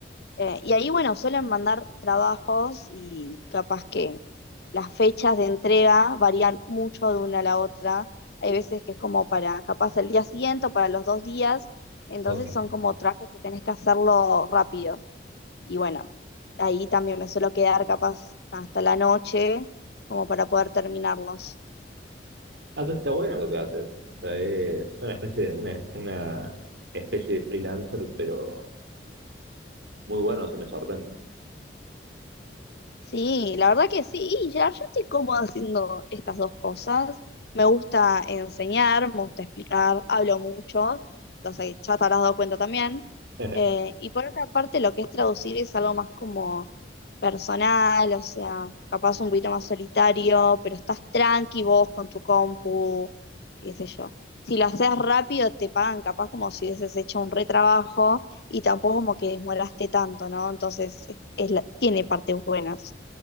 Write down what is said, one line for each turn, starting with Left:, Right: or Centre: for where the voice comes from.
Left: Eh, y ahí, bueno, suelen mandar trabajos y capaz que las fechas de entrega varían mucho de una a la otra. Hay veces que es como para capaz el día siguiente o para los dos días. Entonces
Right: ok.
Left: son como trabajos que tenés que hacerlo rápido. Y bueno, ahí también me suelo quedar capaz hasta la noche como para poder terminarlos.
Right: Ah, entonces está bueno lo que haces. O sea, es una especie de, una, una especie de freelancer, pero muy bueno, se me sorprende.
Left: Sí, la verdad que sí, y ya yo estoy cómoda haciendo estas dos cosas. Me gusta enseñar, me gusta explicar, hablo mucho, cosa que ya te habrás dado cuenta también.
Right: <laughs>
Left: Eh, y por otra parte, lo que es traducir es algo más como personal, o sea, capaz un poquito más solitario, pero estás tranqui vos con tu compu, qué sé yo. Si lo haces rápido, te pagan capaz como si hubieses hecho un retrabajo y tampoco como que demoraste tanto, ¿no? Entonces, es- es la- tiene partes buenas.